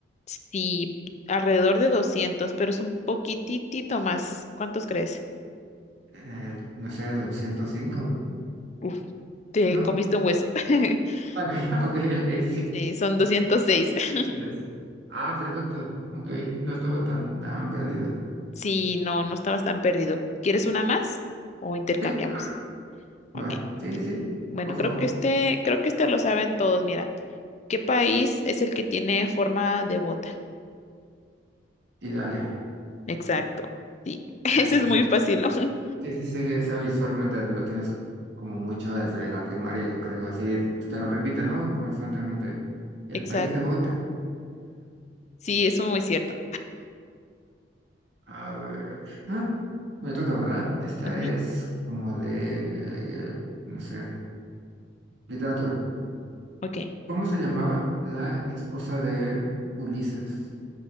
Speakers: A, on the left; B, on the right.
A: Sí, alrededor de 200, pero es un poquitito más. ¿Cuántos crees?
B: Eh, no sé, doscientos cinco
A: Uf, te
B: ¿no?
A: comiste un hueso. <laughs>
B: Ok, <laughs> ok, ok, sí.
A: Sí, son 206. <laughs>
B: Seis. Ah, perfecto. Ok, no estaba tan, tan perdido.
A: Sí, no, no estabas tan perdido. ¿Quieres una más o intercambiamos?
B: Sí, ah,
A: Ok.
B: va. Sí, sí, sí,
A: Bueno,
B: por favor.
A: creo que este, creo que este lo saben todos. Mira, ¿qué país es el que tiene forma de bota?
B: Y dale.
A: Exacto. Sí, <laughs> ese
B: Venga,
A: es muy fácil, ¿no? <laughs>
B: sí, sí, sí, esa visualmente lo tienes como mucho desde la primaria, yo creo, así te lo repite, ¿no? Constantemente. El
A: Exacto.
B: país de Bota,
A: Sí, eso es muy cierto.
B: a ver, ah, me toca, ¿verdad? Esta
A: Ujú.
B: es como de, eh, no sé, literatura.
A: Ok.
B: ¿Cómo se llamaba la esposa de Ulises?